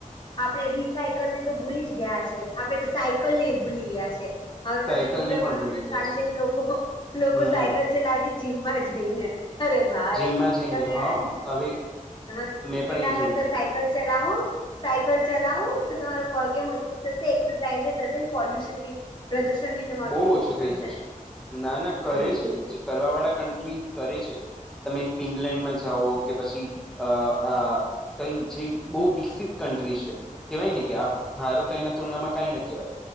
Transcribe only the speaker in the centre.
સાયકલ
ને પણ ભૂલી ગયા
હમ
જીમમાં જઈને
હા હવે.
મેં પણ
એ
જોયું
છે
બહુ ઓછું
થઈ જશે ના ના કરે
છે. કરવા વાળા કન્ટ્રીઝ કરે છે તમે ફિનલેન્ડમાં જાઓ કે પછી. અ આ કઈ જે બહુ વિકસિત કન્ટ્રી છે. કેહેવાય ને કે ભારત એના તુલનામાં કઈ ન કહેવાય